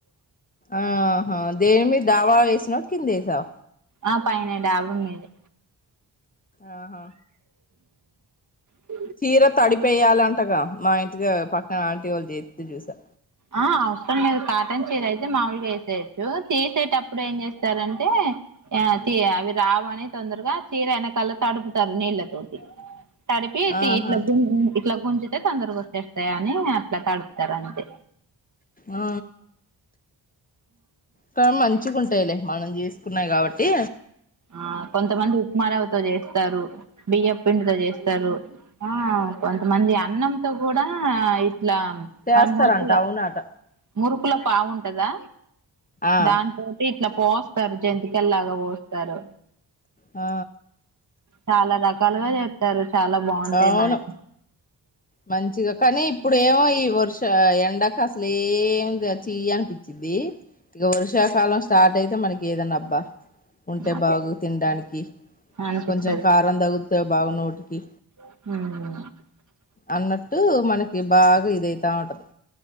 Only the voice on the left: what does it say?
ఆహా దేని మీద దావా వేసినావ కింద ఏసావ
ఆహా
చీర తడిపేయాలంటగా మా ఇంటిగా పక్కన ఆంటీ వాళ్ళు చేత్ చూసా
ఆహా
ఆ క మంచిగుంటయిలే మనం చేసుకున్నయి కాబట్టి
చేస్తారంట
అవునట
ఆ
ఆ
అవును
మంచిగా కానీ ఇప్పుడు ఏమో ఈ వర్ష ఎండాక అసలు ఎందచ్ తీయ అనిపించింది ఇక వర్షాకాలం స్టార్ట్ అయితే మనకి ఏదన్నా అబ్బా ఉంటే
బాగు తినడానికి
కొంచెం కారం తగుతే బాగు నోటికి
అన్నట్టు మనకి బాగా ఇదయితా ఉంటది